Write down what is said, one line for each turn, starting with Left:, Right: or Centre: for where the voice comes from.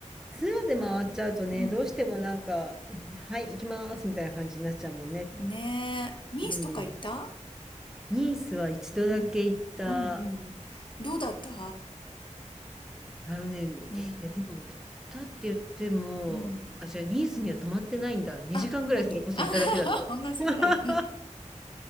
Centre: ツアーで回っちゃうとね、
Left: うん。
Centre: どうしてもなんか、はい、行きますみたいな感じになっちゃうもんね。
Left: ねえ、ニースとか行った
Centre: うん。ニースは一度だけ行った。
Left: うん。うんうん。どうだった
Centre: あのね、いやでも行ったって言っても、
Left: うん。うん。
Centre: あ、じゃあニースには泊まってないんだ。2時間ぐらいそれこそいただけだったわ。
Left: あ、本当。あ、<laughs> 同じぐらい。
Centre: <laughs>